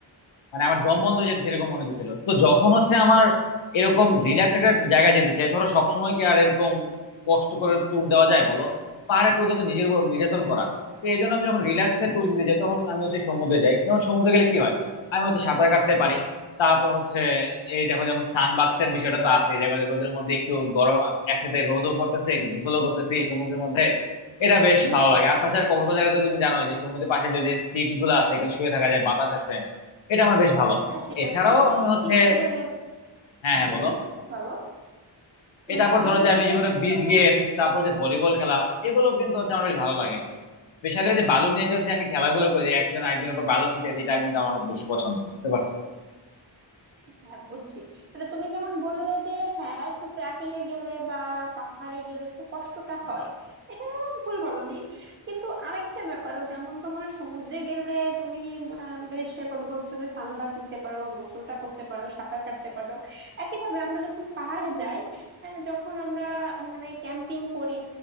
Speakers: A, on the left; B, on the right.
A: মানে আমার দম বন্ধ হয়ে যেত সেরকম মনে হচ্ছিল তো যখন হচ্ছে আমার এরকম রিল্যাক্স একটা জায়গায় যেতে চাই ধরো সবসময় কি আর এরকম কষ্ট করে ট্যুর দেওয়া যায় বলো পাহাড়ে ট্যুর দেওয়া তো নিজের উপর নির্যাতন করা তো এই জন্য আমি যখন রিল্যাক্সে ট্যুর
B: এতে
A: দিতে যাই তখন আমি হচ্ছে সমুদ্রে যাই যেমন সমুদ্রে গেলে কি হয় আমি হচ্ছে সাঁতার কাটতে পারি তারপর হচ্ছে এই দেখো যেমন সানবাথের বিষয়টা তো আছে দেখো যে রোদের মধ্যে একটু গরম একসাথে রোদও পড়তেছে একটু গোসলও করতেছি এই সমুদ্রের মধ্যে এটা বেশ ভালো লাগে আর তাছাড়া কক্সবাজারে তো তুমি জানোই যে সমুদ্রের পাশে যে সিট গুলো আছে এখানে শুয়ে থাকা যায় বাতাস আসে এটা আমার বেশ ভালো
B: হ্যাঁ সেটা
A: এছাড়াও
B: তুমি
A: আমি হচ্ছে
B: ঠিকই বলেছো
A: হ্যাঁ হ্যাঁ
B: হুম
A: বলো
B: বলো
A: এটা
B: মানে
A: আবার
B: আমি
A: ধরো
B: বলতে
A: যে আমি
B: চাচ্ছি
A: জীবনে
B: যে
A: বিচ
B: তোমার
A: গেমস তারপর যে ভলিবল খেলা এগুলো কিন্তু হচ্ছে আমার বেশ ভালো লাগে স্পেশালি যে বালু নিয়ে যে হচ্ছে আমি খেলাগুলো করি যে একজন আরেকজনের উপর বালু ছিটাই দিই, এটা কিন্তু আমার অনেক বেশি পছন্দ বুঝতে পারছো
B: হ্যাঁ বুঝছি মানে তুমি যেমন বললে যে হ্যাঁ একটু ট্রেকিং এ গেলে বা পাহাড়ে গেলে একটু কষ্টটা হয় এটা ভুল বলনি কিন্তু আরেকটা ব্যাপারও যেমন তোমার সমুদ্রে গেলে তুমি আহ, বেশ বল বলছো যে সানবাথ নিতে পারো গোসলটা করতে পারো সাঁতার কাটতে পারো একইভাবে আমরা যখন পাহাড়ে যাই আহ, যখন আমরা মানে ক্যাম্পিং করি